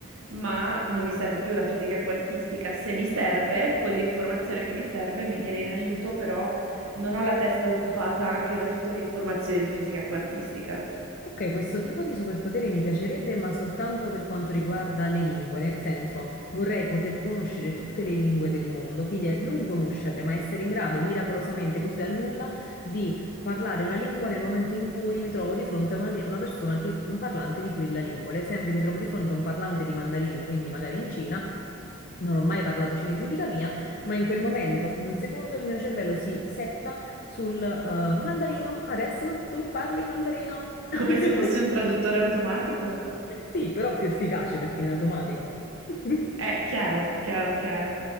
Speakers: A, on the right (about 90°); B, on the left (about 45°).
A: ma non mi serve più la fisica quantistica. Se mi serve, quell'informazione che mi serve mi viene in aiuto, però non ho la testa occupata anche da tutte le informazioni di fisica quantistica.
B: Ok, questo tipo di superpotere mi piacerebbe, ma soltanto per quanto riguarda le lingue, nel senso vorrei poter conoscere tutte le lingue del mondo, quindi eh, non conoscerle, ma essere in grado miracolosamente, così dal nulla, di parlare una lingua nel momento in cui mi trovo di fronte a una, li- a una persona che un parlante di quella lingua. Ad esempio, mi trovo di fronte a un parlante di mandarino, quindi magari in Cina. Non ho mai parlato cinese in vita mia, ma in quel momento, in un secondo, il mio cervello si setta sul eh, mandarino. Adesso tu parli mandarino. <laughs>
A: Come se fossi un traduttore automatico?
B: Sì, però più efficace perché è in automatico. <laughs>
A: Eh, chiaro, chiaro, chiaro.